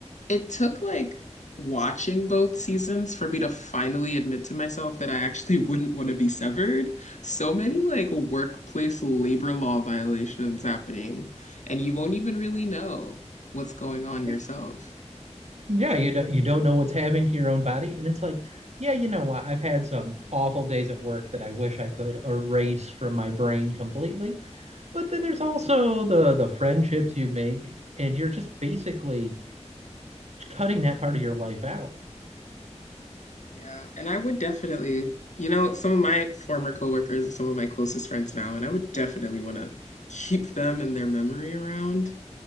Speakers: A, on the left; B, on the right.
A: it took like watching both seasons for me to finally admit to myself that I actually <laughs> wouldn't want to be severed. So many
B: Hmm.
A: like workplace labor law violations happening, and you won't even really know what's going on yourself.
B: Oh. yeah, you don't you don't know what's happening to your own body, and it's like, yeah, you know what? I've had some awful days at work that I wish I could erase from my brain completely. But then there's also the the friendships you make, and you're just basically cutting that part of your life out.
A: Yeah, and I would definitely, you know, some of my former coworkers are some of my closest friends now, and I would definitely want to keep them and their memory around.